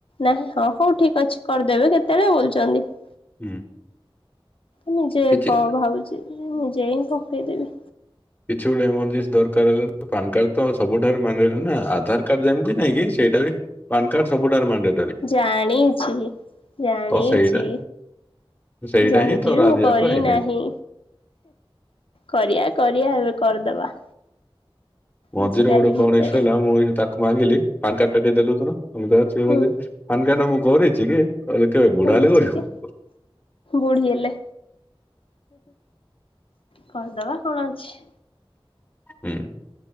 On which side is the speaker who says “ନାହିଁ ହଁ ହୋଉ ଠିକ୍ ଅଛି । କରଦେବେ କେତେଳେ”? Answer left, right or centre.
Left